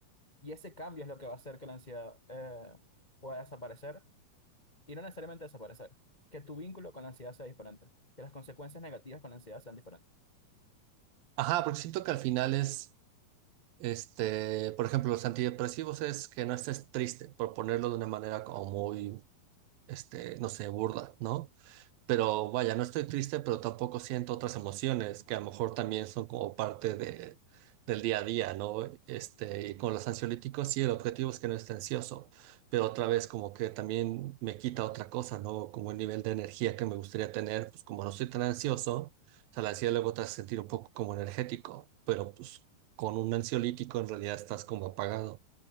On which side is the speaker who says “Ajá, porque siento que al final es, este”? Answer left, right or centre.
Right